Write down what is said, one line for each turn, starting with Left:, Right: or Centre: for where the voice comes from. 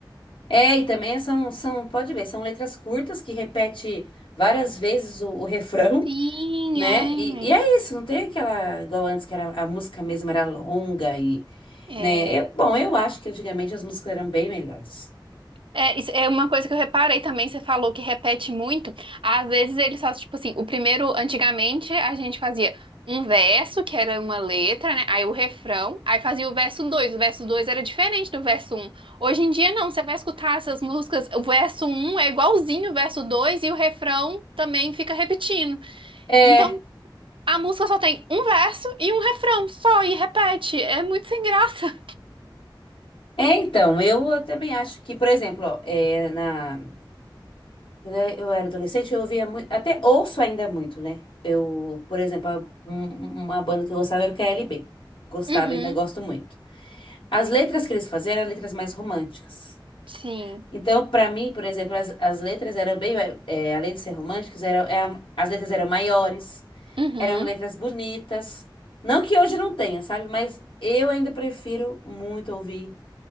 Left: É, e também são, são, pode ver, são letras curtas que repete várias vezes o, o refrão.
Right: Sim,
Left: né? E, e é isso, não tem aquela, igual antes, que era, a música mesmo era longa e,
Right: é.
Left: né? Eu, bom, eu acho que antigamente as músicas eram bem melhores.
Right: É, isso é uma coisa que eu reparei também, você falou que repete muito. Às vezes eles fazem, tipo assim, o primeiro, antigamente, a gente fazia um verso, que era uma letra, né? Aí o refrão, aí fazia o verso 2. O verso 2 era diferente do verso Um. Hoje em dia, não, você vai escutar essas músicas, o verso um é igualzinho o verso 2 e o refrão também fica repetindo.
Left: É,
Right: Então, a música só tem um verso e um refrão, só, e repete. É muito sem graça.
Left: é então, eu também acho que, por exemplo, ó, é, na, quando eu era adolescente, eu ouvia muito, até ouço ainda muito, né? Eu, por exemplo, a- um- uma banda que eu gostava era o KLB. Gostava,
Right: Uhum,
Left: ainda gosto muito. As letras que eles faziam eram letras mais românticas.
Right: sim.
Left: Então, para mim, por exemplo, as, as letras eram bem, é, além de ser românticas, eram, é, as letras eram maiores,
Right: Uhum.
Left: eram letras bonitas. Não que hoje não tenha, sabe? Mas eu ainda prefiro muito ouvir